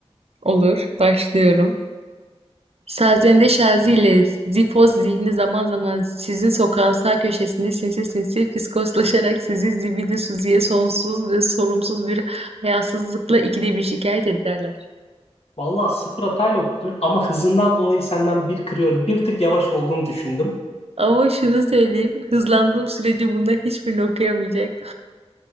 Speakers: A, on the right; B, on the left.
A: Olur. Başlıyorum. Sazende Şazi ile Zifoz Zihni zaman zaman sizin sokağın sağ köşesinde sinsi sinsi fiskoslaşarak sizi zibidi Suzi'ye sonsuz ve sorumsuz bir hayasızlıkla ikide bir şikayet ederler.
B: Vallahi sıfır hatayla okudun ama hızından dolayı senden bir kırıyorum. Bir tık yavaş olduğunu düşündüm.
A: Ama şunu söyleyeyim, hızlandığım sürece bunlar hiçbirini okuyamayacak.